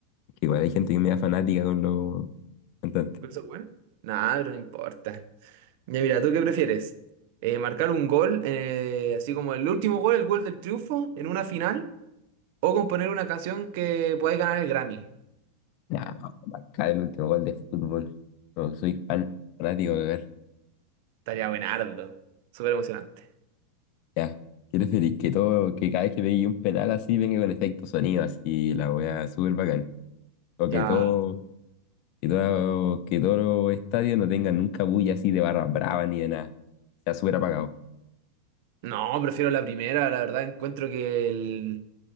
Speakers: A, on the left; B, on the right.
A: Que igual hay gente que me da fanática con los cantantes.
B: ¿Con ¿Eso bueno? Nada, pero no importa. Ya mira, ¿tú qué prefieres? Eh, ¿marcar un gol, eh, así como el último gol, el gol del triunfo, en una final? ¿O componer una canción que podáis ganar el Grammy?
A: Ya, marcar el último gol de fútbol. No, soy fan, fanático de ver.
B: Estaría buenardo. Súper emocionante.
A: Ya, ¿qué preferís? Que todo, que cada vez que veis un penal así venga con efecto sonido así, la wea súper bacán. o
B: Ya,
A: que todo, que todo, que todos los estadios no tengan nunca bulla así de barras bravas ni de nada. Sea súper apagado,
B: No, prefiero la primera, la verdad encuentro que el-